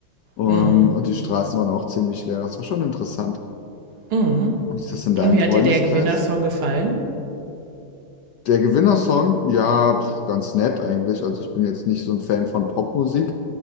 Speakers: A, on the left; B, on the right.
A: Ähm,
B: Mhm.
A: und die Straßen waren auch ziemlich leer. Das war schon interessant.
B: Mhm.
A: Wie ist das in deinem
B: Und wie
A: Freundeskreis?
B: hat dir der Gewinnersong gefallen?
A: Der Gewinnersong, ja, pf, ganz nett eigentlich. Also ich bin jetzt nicht so ein Fan von Popmusik,